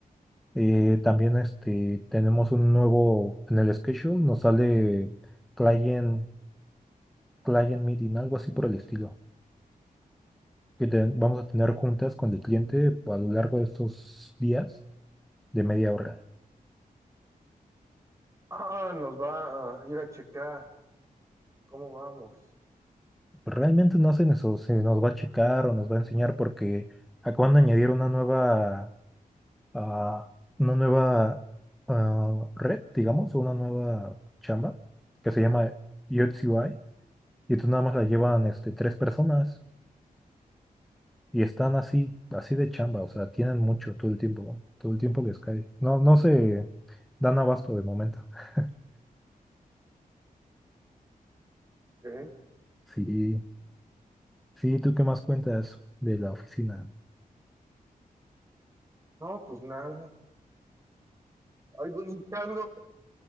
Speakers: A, in the centre; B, on the right.
A: Eh, también este, tenemos un nuevo en el schedule, nos sale client, client meeting, algo así por el estilo. Que te- vamos a tener juntas con el cliente a lo largo de estos días de media hora.
B: Ah, nos va a ir a checar cómo vamos.
A: Realmente no se nos, se nos va a checar o nos va a enseñar porque acaban de añadir una nueva, ah, una nueva ah, red, digamos, o una nueva chamba que se llama UX UI Y tú nada más la llevan este, tres personas y están así, así de chamba, o sea, tienen mucho todo el tiempo, ¿no? Todo el tiempo les cae. No, no se dan abasto de momento. <laughs>
B: ¿Qué?
A: Sí, sí, ¿tú qué más cuentas de la oficina?
B: No, pues nada. Ahí voy buscando